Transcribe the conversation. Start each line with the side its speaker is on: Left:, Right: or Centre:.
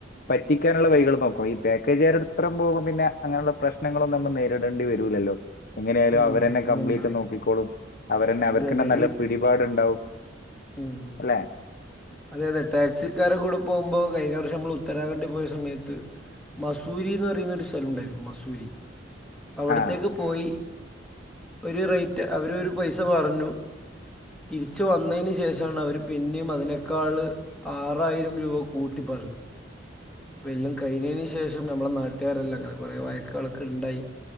Left: പറ്റിക്കാൻ ഇള്ള വൈകൾ നോക്കും ഈ പാക്കേജ് ആരെ <unintelligible> പിന്നെ അങ്ങനെള്ള പ്രശ് നങ്ങള് എന്നുള്ള നേരിടേണ്ടി വെരൂല്ലല്ലോ എങ്ങനെയ ആായാലും
Centre: അത്
Left: അവരന്നെ കംപ്ലീറ്റ്
Centre: നന്നാവും
Left: നോക്കിക്കോളും. അവരെന്നെ അവർക്കെ
Centre: അതെ അതെ
Left: നല്ല
Centre: ഈ
Left: പിടിപാടിണ്ടാവും.
Centre: ഉം.
Left: അല്ലെ?
Centre: അതെ അതെ ടാക്സിക്കാരെ കൂടെ പോമ്പോ കഴിഞ്ഞ വർഷം അമ്മള് ഉത്തരാഖണ്ഡിൽ പോയ സമയത്ത് മസൂരി എന്ന് പറയുന്ന ഒരു സ്ഥലുണ്ടായിരുന്നു മസൂരി.. പ്പ അവിടുത്തേക്ക്
Left: ആ
Centre: പോയി ഒരു റേറ്റ് അവര് ഒരു പൈസ പർണു.?. തിരിച്ച് വന്നെന് ശേഷണ് അവര് പിന്നേം അതിനെ ക്കാള് ആറായിരം രൂപ കൂട്ടി പറഞ്ഞു. പ്പ എല്ലം കഴിഞ്ഞെന് ശേഷം ഞമ്മളെ നാട്ടുകാരെല്ലാം അങ്ങനെ കുറേ വായക്കുകളൊക്കെ ണ്ടായി